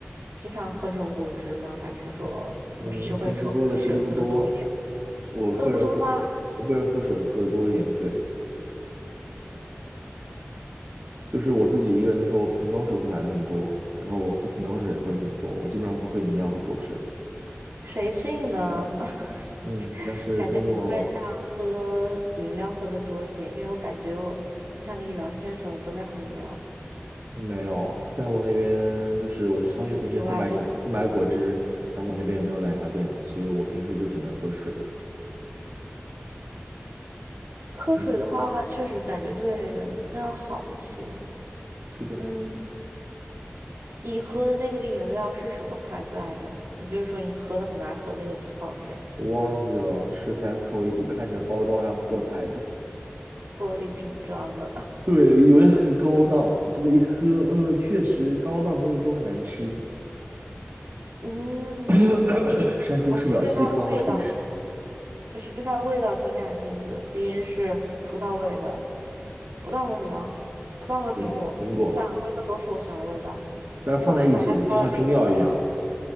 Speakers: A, on the right; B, on the right.
A: 经常喝这种果汁吗？还是说你平时会喝水喝的多一点？
B: 嗯，平时喝的其实不多，我个人喝，
A: 喝的不多吗？
B: 我个人喝水喝的多一点，对，就是我自己一个人的时候，瓶装水会买的很多，然后我喝瓶装水也喝的很多，我基本上不喝饮料和果汁，
A: 谁信呢？<laughs>
B: 嗯，但是跟我
A: 感觉你会像喝饮料喝的多一点，因为我感觉我经常跟你聊天的时候，你都在喝饮料，
B: 没有，在我那边就是我去超市平时也不买饮，
A: 都是例外，对吗？
B: 不买果汁，然后我那边也没有奶茶店，所以我平时就只能喝水，
A: 喝水的话，
B: 嗯，
A: 确实感觉对人要好一些。
B: 是的，
A: 嗯，你喝的那个饮料是什么牌子来着？你就是说你喝的很难喝那个气泡水，
B: 我忘记了是 Tesco 一个看着包装还不错的牌子。
A: 玻璃瓶装的。<laughs>
B: 对，以为很高档，结果一喝，嗯，确实高档东西都很难吃，
A: 嗯，
B: <clears throat> 山猪吃不了细糠了，
A: 我其实对它的味道，
B: 属于是
A: 我实对它的味道挺感兴趣的，毕竟是葡萄味的。葡萄和什么？葡萄和苹果，
B: 苹苹果，
A: 这两个味道都是我喜欢的味道。
B: 但是放在一起就像中药一样，
A: 但是我没有想到它加了那个，